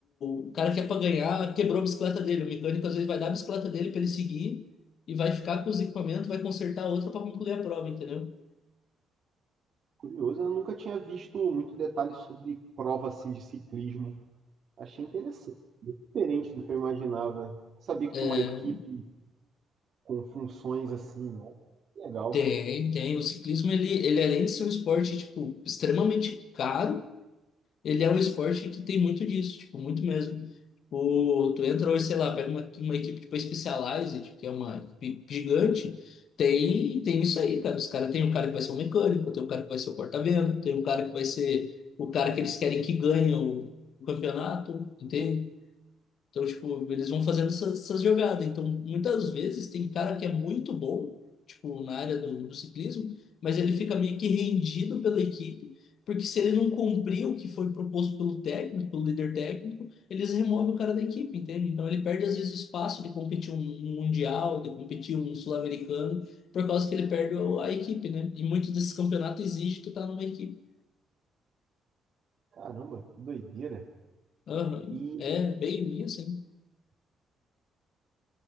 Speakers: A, on the left (about 65°); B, on the right (about 55°).
A: o, o cara que é pra ganhar quebrou a bicicleta dele. O mecânico às vezes vai dar a bicicleta dele pra ele seguir e vai ficar com os equipamentos, vai consertar a outra pra concluir a prova, entendeu?
B: Curioso, eu nunca tinha visto muito detalhe sobre prova assim de ciclismo. Achei interessante, diferente do que eu imaginava. Não sabia que
A: É,
B: tinha uma equipe com funções assim, não. Legal.
A: tem, tem. O ciclismo, ele, ele além de ser um esporte, tipo, extremamente caro. ele é um esporte que tem muito disso, tipo, muito mesmo. Tipo, tu entra hoje, sei lá, pega uma, uma equipe tipo a Specialized, que é uma equipe gigante, tem, tem isso aí, cara. Os caras tem um cara que vai ser o mecânico, tem um cara que vai ser o porta-vento, tem um cara que vai ser o cara que eles querem que ganhe o, o campeonato, entende? Então, tipo, eles vão fazendo essas, essas jogadas. Então, muitas vezes tem cara que é muito bom, tipo, na área do, do ciclismo, mas ele fica meio que rendido pela equipe, porque se ele não cumprir o que foi proposto pelo técnico, pelo líder técnico, eles removem o cara da equipe, entende? Então, ele perde, às vezes, o espaço de competir um um mundial, de competir um sul-americano, por causa que ele perde o- a equipe, né? E muitos desses campeonatos exigem tu estar numa equipe.
B: Caramba, que doideira.
A: Aham.
B: E
A: É bem isso, hein?